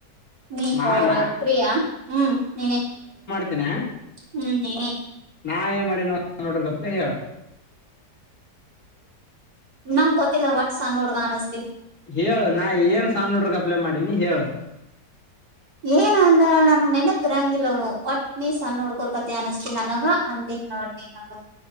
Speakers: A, on the right; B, on the left.
A: ನೀಫೋರು
B: ನಾನ
A: ತ್ರಯಾ ಹ್ಮ್ ನೀನ
B: ಿನ <unintelligible>
A: ಹ್ಮ್ ನೀನ
B: ನಾ ಏನ್ ಮಾಡಿನ ನೋಡ್ರ ಕಪ್ಲೆ ಹೇಳ
A: ನಮ್ ಗೊತ್ತಿಲ್ಲ ವಟ್ಸ ನೋಡ್ಗ ಅ
B: ಹೇಳ ನಾ ಏನ್ ಸಾಮೋಡ್ರ ಕಪ್ಲ ಮಾಡಿನಿ ಹೇಳ
A: ಏನ ಅಂದ್ರ ನನ್ಗ್ ನೆನತ್ತಿರಂಗಿಲ್ಲವು ಒಟ್ ನೀ ಸಣ ನೋಡ್ಕೊಳ್ಕತಿ ಅನಸ್ನನಗ ಅಂದಿನ್ ನೋಡ್ ನೀನ್ಗ